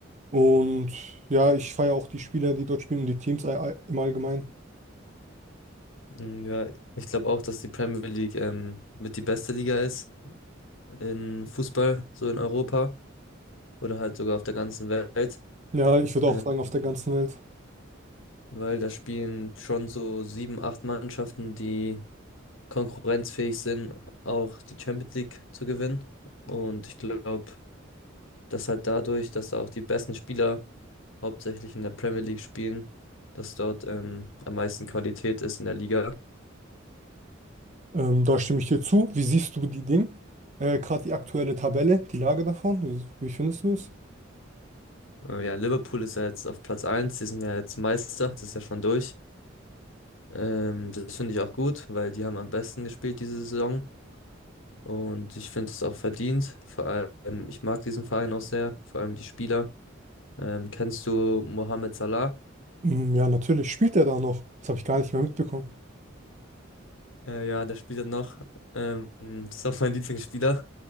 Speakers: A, on the right; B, on the left.
A: Und ja, ich feiere auch die Spieler, die dort spielen und die Teams all- all- im Allgemeinen.
B: Mm, Ja, ich glaube auch, dass die Premier League ähm, mit die beste Liga ist in Fußball, so in Europa oder halt sogar auf der ganzen Welt,
A: Ja, ich würde
B: ähm,
A: auch sagen, auf der ganzen Welt.
B: weil da spielen schon so sieben, acht Mannschaften, die konkurrenzfähig sind, auch die Champions League zu gewinnen. Und ich glaube, dass halt dadurch, dass da auch die besten Spieler hauptsächlich in der Premier League spielen, dass dort ähm, am meisten Qualität ist in der Liga.
A: Ähm, da stimme ich dir zu. Wie siehst du die Dinge? Äh, gerade die aktuelle Tabelle, die Lage davon, wie, wie findest du es?
B: Äh, ja, Liverpool ist ja jetzt auf Platz eins. die sind ja jetzt Meister, das ist ja schon durch. Ähm, das finde ich auch gut, weil die haben am besten gespielt diese Saison und ich finde es auch verdient. Vor allem, ich mag diesen Verein auch sehr, vor allem die Spieler. Ähm, kennst du Mohamed Salah?
A: Mm, ja, natürlich spielt er da noch. Das habe ich gar nicht mehr mitbekommen.
B: Äh, ja, der spielt ja noch. Ähm, <laughs> das ist auch mein Lieblingsspieler